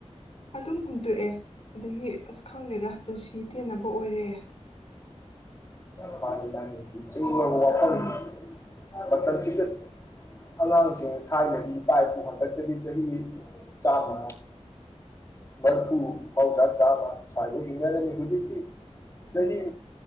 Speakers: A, on the left (about 60°); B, on the left (about 25°).
A: ꯑꯗꯨꯝ ꯍꯨꯟꯇꯣꯛꯑꯦ ꯑꯗꯒꯤ ꯑꯁ ꯈꯪꯗꯦꯗ ꯄꯨꯟꯁꯤ ꯇꯦꯟꯅꯕ ꯑꯣꯏꯔꯦ
B: <unintelligible> ꯆꯨꯝꯂꯕ ꯋꯥꯐꯝꯅꯤ
A: ꯎꯝ
B: ꯃꯇꯝꯁꯤꯗ ꯑꯉꯥꯡꯁꯤꯡ ꯊꯥꯏꯅꯗꯤ ꯏꯄꯥ ꯏꯄꯨ ꯍꯟꯇꯛꯇꯗꯤ ꯆꯍꯤ ꯆꯥꯝꯃ ꯃꯔꯐꯨ ꯃꯧꯗ꯭ꯔꯥ ꯆꯥꯝꯃ ꯁ꯭ꯋꯥꯏꯐꯥꯎ ꯍꯤꯡꯅꯔꯝꯃꯤ ꯍꯧꯖꯤꯛꯇꯤ ꯆꯍꯤ